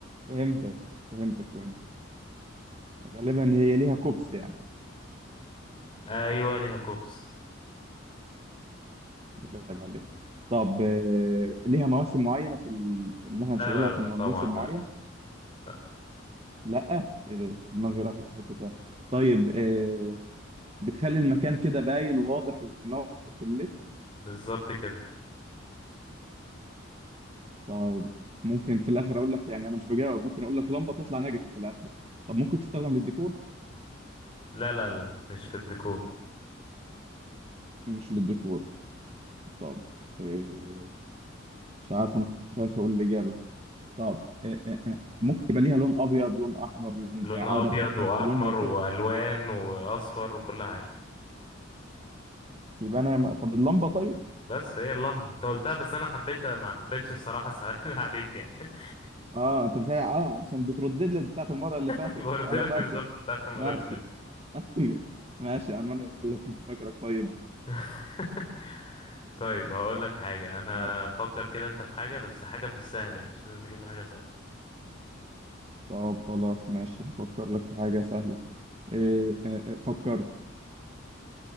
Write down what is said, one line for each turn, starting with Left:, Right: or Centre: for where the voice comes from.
Right: فهمتك فهمتك فهمتك غالبا هي ليها كوبس يعني
Left: ايوه ليها كوبس
Right: يبقى عيب عليك طب آه، ليها مواسم معينه في ال... ان احنا
Left: لا
Right: نشغلها
Left: لا لا
Right: في موسم
Left: طبعا
Right: معين
Left: لا لا
Right: لا ايه ده دماغي راحت في حته تانية. طيب آه، بتخلي المكان كده باين وواضح وبينور في الليل
Left: بالظبط كده
Right: طب ممكن في الاخر اقول لك يعني انا مش بجاوب ممكن اقول لك لمبه تطلع ناجفه في الاخر طب ممكن تستخدم للديكور
Left: لا لا لا لا، مش في الديكور
Right: مش للديكور طب إيه مش عارف انا خايف اقول الاجابه طب إيه إيه إيه ممكن يبقى ليها لون ابيض لون احمر لون
Left: لون
Right: يعني
Left: ابيض
Right: اقدر اتحكم
Left: واحمر
Right: في لونها وكده
Left: والوان واصفر وكل حاجة
Right: يبقى انا م- طب اللمبه طيب
Left: بس هي اللمبة انت قلتها بس انا حبيتها ما حبيتش
Right: مش-
Left: الصراحة سهل <laughs> عليك يعني
Right: اه انت مش عا- اه عشان بتردد لي بتاعت المره اللي
Left: <laughs>
Right: فاتت
Left: قلت
Right: انا
Left: لك
Right: فاكر
Left: بالظبط بتاعت المرة
Right: ماشي
Left: اللي فاتت
Right: <laughs> ايوه ماشي يا عم انا اللي كنت فاكرك طيب
Left: <laughs> طيب هقول لك حاجة انا
Right: آه.
Left: فكر كده انت في حاجة بس حاجة في السهل يعني مش لازم تجيب لي حاجة صعبة
Right: طب خلاص ماشي هفكر لك في حاجة سهلة إيه إيه إيه، فكرت